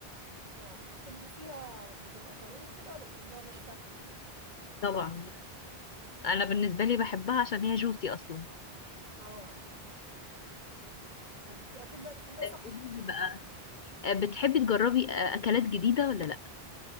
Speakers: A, on the right (about 45°); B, on the left (about 55°).
A: اه بتحبي فيها بتبقى طريه كده ولا بتحبيها ناشفه
B: طبعا انا بالنسبه لي بحبها عشان هي جوسي اصلا
A: اه يعني يعني وبت... اكيد بقى بتحبها
B: آه،
A: سخنه
B: قولي لي بقى آه، بتحبي تجربي آه، اكلات جديده ولا لا